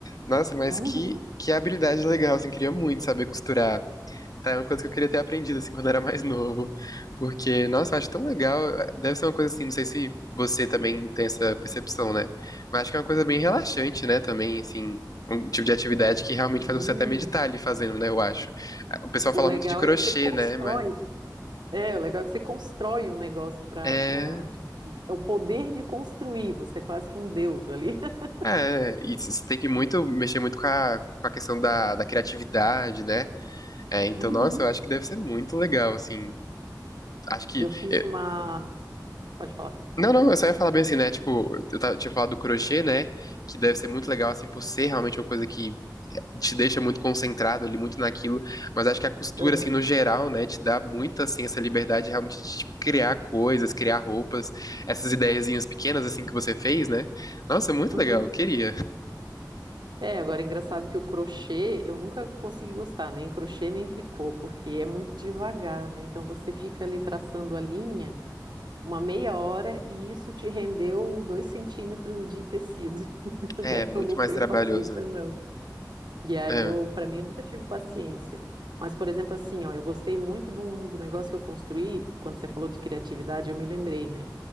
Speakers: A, on the left; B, on the right.
A: Nossa, mas
B: Uhum.
A: que, que habilidade legal, assim, queria muito saber costurar. Tá, é uma coisa que eu queria ter aprendido, assim, <laughs> quando era mais novo. Porque, nossa, eu acho tão legal. Deve ser uma coisa assim, não sei se você também tem essa percepção, né? Mas acho que é uma coisa bem relaxante, né? Também, assim, um tipo de atividade que realmente
B: Sim.
A: faz você até meditar ali fazendo, né? Eu acho. O pessoal
B: O
A: fala
B: legal
A: muito de crochê,
B: é que você constrói.
A: né? Mas.
B: É, o legal é que você constrói um negócio para
A: É,
B: para é o poder de construir, você é quase que um deus ali. <laughs>
A: é, e você tem que muito mexer muito com a, com a questão da, da criatividade, né? É, então,
B: Uhum.
A: nossa, eu acho que deve ser muito legal, assim. Acho que.
B: Eu fiz
A: eu-
B: uma, pode falar.
A: Não, não, eu só ia falar bem assim, né? Tipo, eu tava- tinha falado do crochê, né? Que deve ser muito legal, assim, por ser realmente uma coisa que eh, te deixa muito concentrado ali, muito naquilo. Mas acho que a costura,
B: Aham.
A: assim, no geral, né? Te dá muito, assim, essa liberdade realmente de, tipo, criar coisas, criar roupas, essas ideiazinhas pequenas, assim, que você fez, né? Nossa, muito
B: Uhum.
A: legal, eu queria.
B: É, agora é engraçado que o crochê eu nunca consegui gostar, nem crochê nem tricô, porque é muito devagar, né? Então você fica ali traçando a linha uma meia hora e isso te rendeu dois centímetros de tecido. <laughs>
A: É,
B: Daí
A: muito
B: eu não
A: mais
B: tenho
A: trabalhoso.
B: paciência, não. E aí
A: É.
B: eu, para mim, eu nunca tive paciência. Mas, por exemplo, assim, ó, eu gostei muito de um- do negócio que eu construí, quando você falou de criatividade, eu me lembrei, né?